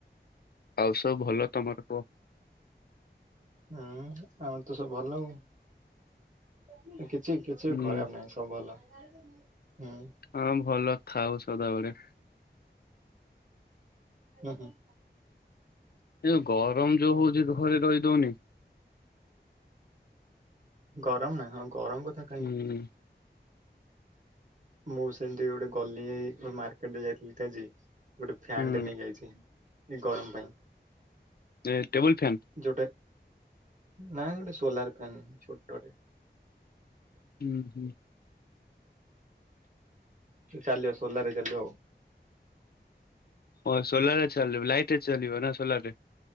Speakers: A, on the left (about 60°); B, on the right (about 45°).
A: ଆଉ ସବୁ ଭଲ ତମର କୁହ।
B: ହୁଁ ଆମର ତ ସବୁ ଭଲ ଆଉ କିଛି କିଛି
A: ହୁଁ
B: ବି ଖରାପ ନାହିଁ। ସବୁ ଭଲ ହୁଁ।
A: ହଁ ଭଲ ଥାଉ ସଦାବେଳେ।
B: ହୁଁ ହୁଁ।
A: ଏଇ ଯୋଉ ଗରମ ଯୋଉ ହଉଛି ଘରେ ରହି ଦଉନି।
B: ଗରମ ନା ହଁ ଗରମ କଥା। କାହିଁ
A: ହୁଁ।
B: କହୁଛ ମୁଁ ସେମିତି ଗୋଟେ ଗଲି ମାର୍କେଟ ଟିକେ ଯାଇଥିଲି ଟି ଆଜି। ଗୋଟେ ଫ୍ୟାନଟେ
A: ହୁଁ
B: ନେଇ ଆଇଛି ଏ ଗରମ ପାଇଁ।
A: ଏ ଟେବୁଲ୍ ଫ୍ୟାନ୍।
B: ଯୋଉଟା ନାଇଁ ଗୋଟେ ସୋଲାର୍ ଫ୍ୟାନ ଛୋଟଟେ।
A: ହୁଁ ହୁଁ।
B: ଚାଲିବ ସୋଲାର୍ ରେ ଚାଲିବ ଆଉ।
A: ଓ ସୋଲାର୍ ରେ ଚାଲିବ ଲାଇଟରେ ଚାଲିବ ନା ସୋଲାର୍ ରେ।